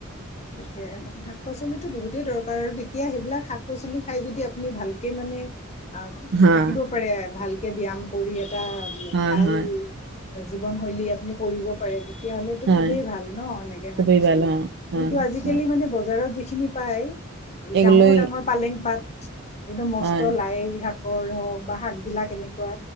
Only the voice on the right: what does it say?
হা
হয়
হয়
হয়
খুবেই
ভালো অ হয়
হয়
এগুলোই
হয়